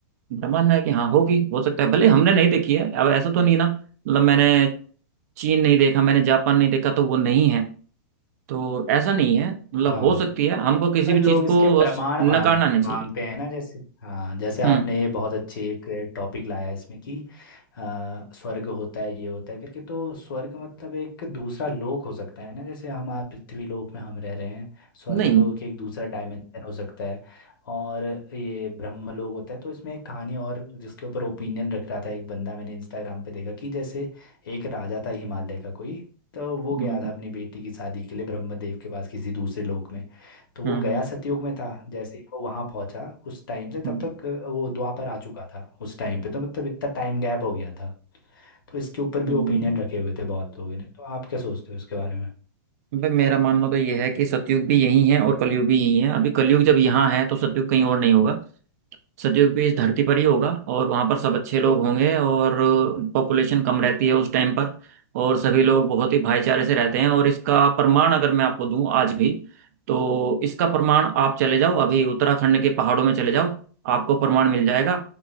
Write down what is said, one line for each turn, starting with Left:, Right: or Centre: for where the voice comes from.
Right: मेरा मानना है कि हाँ होगी हो सकता है भले हमने नहीं देखी है अब ऐसा तो नहीं ना मतलब मैंने चीन नहीं देखा मैंने जापान नहीं देखा तो वो नहीं है तो ऐसा नहीं है मतलब
Left: हाँ
Right: हो सकती है हमको किसी
Left: पर
Right: भी
Left: लोग
Right: चीज
Left: इसके
Right: को
Left: प्रमाण
Right: स- नकारना
Left: मांग
Right: नहीं चाहिए
Left: मांगते हैं ना जैसे हाँ जैसे आपने
Right: हम्म
Left: ये बहुत अच्छी एक टॉपिक लाया इसमें कि अ, स्वर्ग होता है ये होता है करके तो स्वर्ग मतलब एक दूसरा लोक हो सकता है ना जैसे हम आप पृथ्वी लोक में हम रह रहे हैं स्वर्ग
Right: नहीं
Left: लोक एक दूसरा डायमेंशन हो सकता है और ये ब्रह्म लोक होता है तो इसमें एक कहानी और जिसके ऊपर ओपिनियन रख रहा था एक बंदा मैंने इंस्टाग्राम पे देखा कि जैसे एक राजा था हिमालय का कोई तो वो गया
Right: हम्म
Left: था अपनी बेटी की शादी के लिए ब्रह्मदेव के पास किसी दूसरे लोक में तो वो
Right: हम्म
Left: गया
Right: हम्म
Left: सतयुग में था जैसे ही वो वहां पहुंचा उस टाइम से
Right: हम्म
Left: तब तक अ, वो द्वापर आ चुका था उस टाइम पे तो मतलब इतना टाइम गैप हो गया था तो इसके ऊपर भी
Right: हम्म।
Left: ओपिनियन रखे हुए थे बहुत लोगों ने तो आप क्या सोचते हो इसके बारे में
Right: भाई मेरा मानना तो ये है कि सतयुग भी यही है और कलयुग भी यही है अभी कलयुग जब यहाँ है तो सतयुग कहीं और नहीं होगा सतयुग भी इस धरती पर ही होगा और वहाँ पर सब अच्छे लोग होंगे और पॉपुलेशन कम रहती है उस टाइम पर और सभी लोग बहुत ही भाईचारे से रहते हैं और इसका प्रमाण अगर मैं आपको दूं आज भी तो इसका प्रमाण आप चले जाओ अभी उत्तराखंड के पहाड़ों में चले जाओ आपको प्रमाण मिल जाएगा